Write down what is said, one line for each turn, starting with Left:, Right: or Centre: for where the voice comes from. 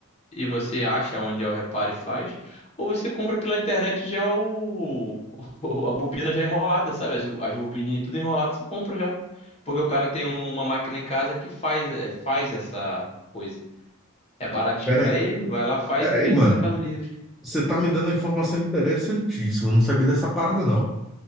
Left: e você acha onde é o reparo e faz. Ou você compra pela internet já o, <laughs> a bobina já é enrolada, sabe? As, as bobininhas tudo enrolado, você compra já. Porque o cara tem uma máquina em casa que faz, é, faz essa coisa. É baratinho
Centre: Peraí,
Left: pra ele, vai lá, faz
Centre: peraí,
Left: e vende
Centre: mano.
Left: no Mercado Livre.
Centre: Você tá me dando uma informação interessantíssima. Eu não sabia dessa parada, não.